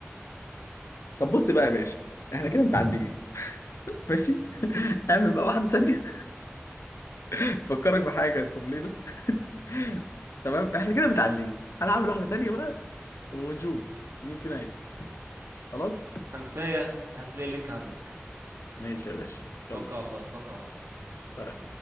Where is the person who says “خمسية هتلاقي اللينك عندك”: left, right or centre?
Right